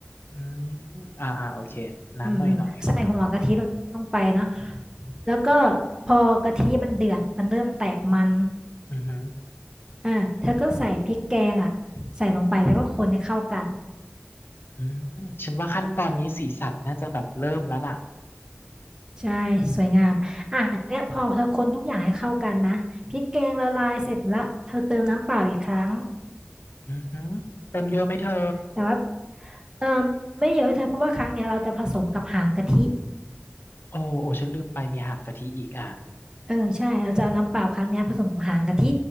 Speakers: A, on the left; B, on the right.
A: อืมอ่าอ่าโอเคน้ำหน่อยหน่อย
B: อืมอืมใส่หัวกะทิลงไปเนาะแล้วก็พอกะทิมันเดือดมันเริ่มแตกมัน
A: อือหือ
B: อ่าเธอก็ใส่พริกแกงอ่ะใส่ลงไปแล้วก็คนให้เข้ากัน
A: อืมฉันว่าขั้นตอนนี้สีสันน่าจะแบบเริ่มแล้วล่ะ
B: ใช่สวยงามอ่ะเนี่ยพอเธอคนทุกอย่างให้เข้ากันนะพริกแกงละลายเสร็จละเธอเติมน้ำเปล่าอีกครั้ง
A: อือหือเติมเยอะไหมเธอ
B: แต่ว่าเออไม่เยอะเธอเพราะว่าครั้งเนี้ยเราจะผสมกับหางกะทิ
A: โอ้โอ้ฉันลืมไปมีหางกะทิอีกอ่ะ
B: เออใช่เราจะเอาน้ำเปล่าครั้งเนี้ยผสมกับหางกะทิ